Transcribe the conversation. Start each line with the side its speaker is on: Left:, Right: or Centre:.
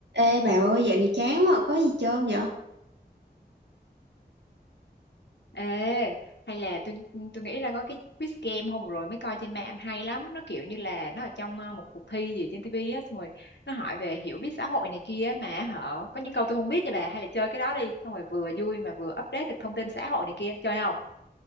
Right: Ê bà ơi, dạo này chán quá, có gì chơi không vậy?
Left: Ê, hay là tôi tôi nghĩ là có cái quiz game hôm rồi mới coi trên mạng hay lắm, nó kiểu như là nó ở trong ờ, một cuộc thi gì trên tivi á xong rồi nó hỏi về hiểu biết xã hội này kia mà họ có những câu tôi không biết nha bà, hay là chơi cái đó đi, xong rồi vừa vui mà vừa update được thông tin xã hội này kia, chơi không?